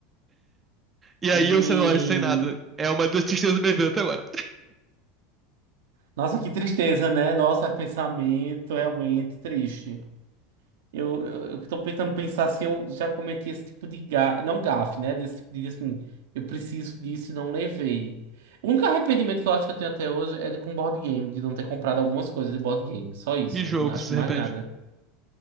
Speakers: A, on the right (about 25°); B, on the right (about 75°).
A: E
B: meu.
A: aí eu sei lá, sem nada. É uma das tristezas da minha vida até agora.
B: Nossa, que tristeza, né? Nossa, pensamento realmente triste. Eu, eu, eu tô tentando pensar se eu já cometi esse tipo de gafe, não gafe, né? Desse tipo de assim, eu preciso disso e não levei. O único arrependimento que eu acho que eu tenho até hoje é de com board game, de não ter comprado algumas coisas de board game. Só isso,
A: Que jogo
B: não
A: que
B: acho
A: você se
B: que mais
A: arrepende?
B: nada.